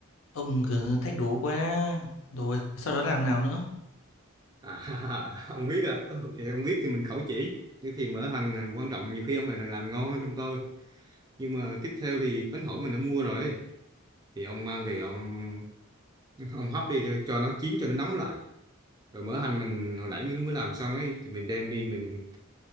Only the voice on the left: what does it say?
Ông cứ thách đố quá Rồi sau đó làm nào nữa